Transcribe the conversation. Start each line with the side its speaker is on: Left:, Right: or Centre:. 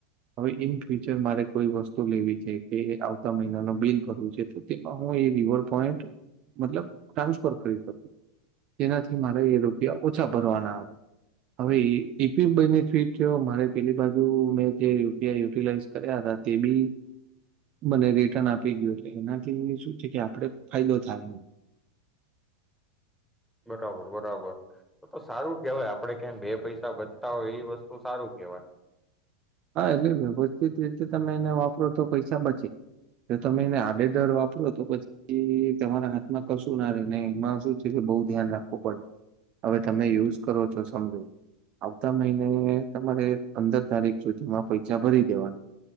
Right: હવે ઈન ફ્યુચર મારે કોઈ વસ્તુ લેવી છે, કે આવતા મહિના નો બિલ ભરવું છે, તો તેમાં હું એ રિવોર્ડ પોઈન્ટ મતલબ ટ્રાન્સફર કરી શકૂ. તેનાથી મારે એ રૂપિયા ઓછા ભરવાના આવે, હવે એ <unintelligible> બેનિફિટ થ્યો મારે પેલી બાજુ મેં જે રૂપિયા યુટિલાઈઝ કર્યા હતા તે બી મને રિટર્ન આપી ગ્યું, એટલે એનાથી શું છે કે આપણે ફાયદો થાય એમ.
Centre: બરાબર બરાબર. તો સારું કેહેવાય આપડે કયાંએ બે પૈસા બચતા હોય, એ વસ્તુ સારું કેહવાય.
Right: હા એટલે વ્યવસ્થિત રીતે તમે એને વાપરો તો પૈસા બચે, જો તમે એને આડે ડર વાપરો તો પછી તમારા હાથમાં કશું ના રે, ને એમાં શું છે બહુ ધ્યાન રાખવું પડે, હવે તમે યુઝ કરો છો સમજો આવતા મહિને તમારે પંદર તારીખ સુધીમા પૈસા ભરી દેવાના,